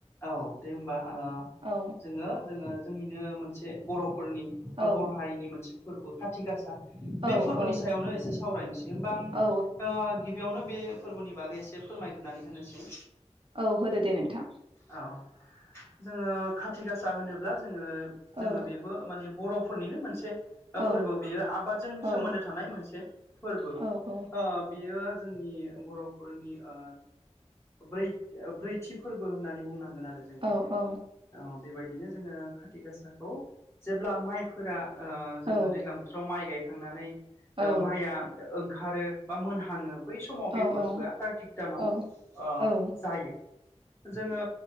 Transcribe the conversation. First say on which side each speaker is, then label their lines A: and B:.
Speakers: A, on the left (about 20°); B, on the right (about 50°).
A: औ दे होमबा ओ
B: औ
A: जोङो जोङो जोंनिनो मोनसे बर' फोरनि बा
B: औ
A: बर' हारिनि मोनसे फोरबो खाथि गासा बे
B: औ
A: फोरबोनि
B: औ
A: सायावनो एसे सावरायनोसै। <unintelligible> होमबा
B: औ
A: आं गिबियावनो बे फोरबोनि बागै एसे फोरमायग्रोनानै होनोसै।
B: औ होदो दे नोंथां।
A: औ जोङो खाथि गासा होनोब्ला जोङो जोङो
B: औ
A: बेबो माने बर' फोरनिनो मोनसे
B: औ
A: फोरबो बियो आबादजों
B: औ
A: सोमोन्दो थानाय मोनसे फोरबो।
B: औ औ
A: ओ बियो जोंनि बर'फोरनि ओ बै ब्रैथि फोरबो होननानै बुंनांगोन आरो जोङो
B: औ
A: ओ।
B: औ
A: बेबायदिनो जोङो खाथि गासाखौ जेब्ला माइफोरा ओ जोङो
B: औ
A: दैज्लां बोथोराव माइ गायखांनानै ओ
B: औ
A: माइया ओंखारो बा मोनहाङो बै समाव बे
B: औ
A: फोरबोआ कार्तिक दानाव
B: औ
A: ओ
B: औ
A: जायो जोङो